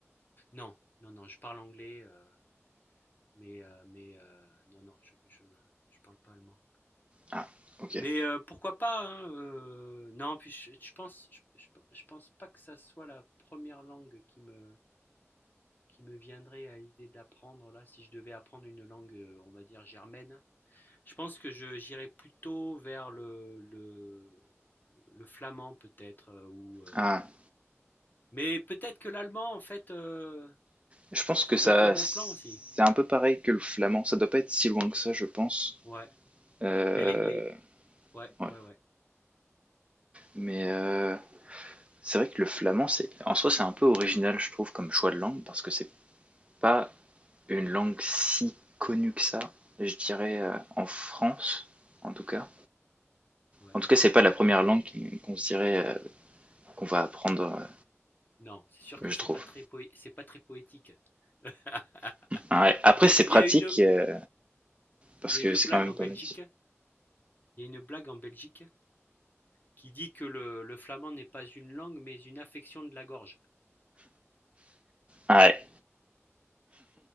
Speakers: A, on the left (about 40°); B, on the right (about 25°).
A: Non, non, non, je parle anglais. euh, Mais, euh, mais euh, non, non, je, je, je parle pas allemand.
B: Ah, ok.
A: Mais euh, pourquoi pas, hein, euh, non, puis je, je pense, je, je- je pense pas que ça soit la première langue qui me, qui me viendrait à l'idée d'apprendre là, si je devais apprendre une langue, euh, on va dire germaine. Je pense que je, j'irais plutôt vers le, le, le flamand peut-être, euh, ou, euh,
B: Ah,
A: mais peut-être que l'allemand, en fait, euh,
B: Je pense
A: ça
B: que ça,
A: peut être un bon
B: c'est
A: plan aussi.
B: un peu pareil que le flamand. Ça doit pas être si loin que ça, je pense.
A: Ouais,
B: Euh,
A: mais les, les, ouais,
B: ouais.
A: ouais, ouais.
B: Mais euh, c'est vrai que le flamand, c'est en soi, c'est un peu original, je trouve, comme choix de langue, parce que c'est pas une langue si connue que ça, je dirais, euh, en France, en tout cas.
A: ouais.
B: En tout cas, c'est pas la première langue qui- qu'on se dirait euh, qu'on va apprendre, euh,
A: Non, c'est sûr
B: je
A: que c'est
B: trouve.
A: pas très poé- c'est pas très poétique. <laughs>
B: Ouais. Après,
A: Il y
B: c'est
A: a,
B: pratique,
A: il y a une,
B: euh, parce
A: il y
B: que
A: a une
B: c'est
A: blague
B: quand même
A: en
B: pas
A: Belgique.
B: mal.
A: Il y a une blague en Belgique qui dit que le, le flamand n'est pas une langue, mais une affection de la gorge.
B: Ouais.